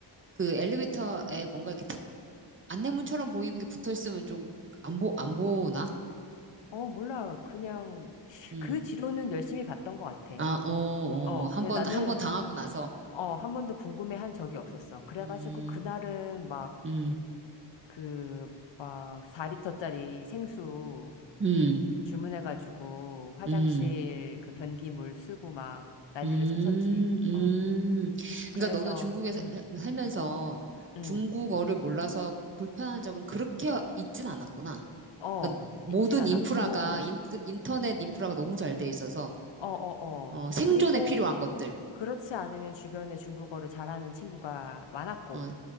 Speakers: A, on the right (about 30°); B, on the left (about 90°).
A: 그 엘리베이터에 뭔가 이렇게 탁 안내문처럼 보이는 게 붙어 있으면 좀 안 보, 안 보나?
B: 어, 몰라. 그냥,
A: 음,
B: 그 뒤로는 열심히 봤던 것 같아.
A: 아, 어, 어,
B: 어,
A: 어, 한번
B: 근데 나는,
A: 한 번 당하고 나서
B: 어, 한 번도 궁금해 한 적이 없었어. 그래가지고,
A: 음,
B: 그날은 막,
A: 음,
B: 그, 막, 4리터짜리 생수
A: 음,
B: 주문해가지고, 화장실
A: 음,
B: 그 변기물 쓰고 막, 난리를
A: 음,
B: 쳤었지.
A: 음.
B: 응. 그래서,
A: 그러니까 너는 중국에 사-
B: 음,
A: 살면서
B: 음.
A: 중국어를 몰라서 불편한 적은 그렇게 있진 않았구나.
B: 어,
A: 그러니까 모든
B: 있진 않았고,
A: 인프라가 인, 인터넷 인프라가 너무 잘돼 있어서
B: 어, 어,
A: 어,
B: 어.
A: 생존에
B: 그리고,
A: 필요한 것들
B: 그렇지 않으면 주변에 중국어를 잘하는 친구가 많았고,
A: 어,